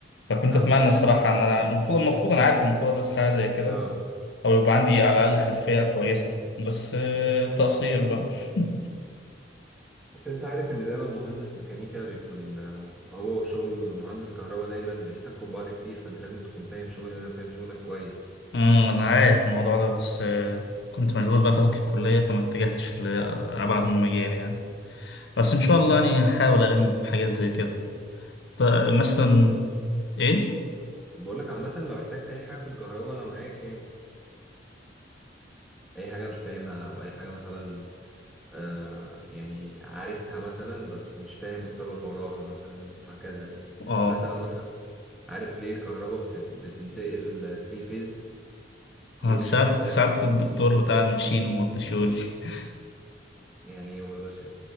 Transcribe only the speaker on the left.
فكنت
أتمنى
الصراحة إن أنا المفروض المفروض أنا عارف المفروض أدرس حاجة زي كده
أو يبقى عندي على الأقل خلفية كويسة بس آه، تقصير بقى <laughs>
أمم، أنا عارف الموضوع ده بس آه، كنت مشغول بقى فترة الكلية فما اتجهتش لأبعد من المجال يعني بس إن شاء الله يعني هحاول ألم بحاجات زي كده ط- مثلا
إيه؟
اه
آه،
سألت
سألت
الدكتور بتاع الماشين وما رضيش يقول لي. <laughs>